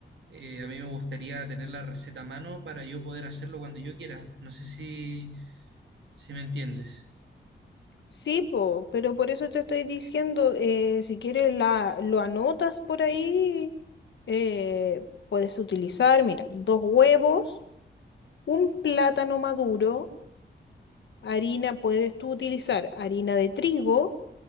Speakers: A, on the right; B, on the left.
A: eh, a mí me gustaría tener la receta a mano para yo poder hacerlo cuando yo quiera. No sé si, si me entiendes.
B: Sí, po, pero por eso te estoy diciendo, eh, si quieres la, lo anotas por ahí, eh, puedes utilizar, mira, dos huevos, un plátano maduro, harina, puedes tú utilizar harina de trigo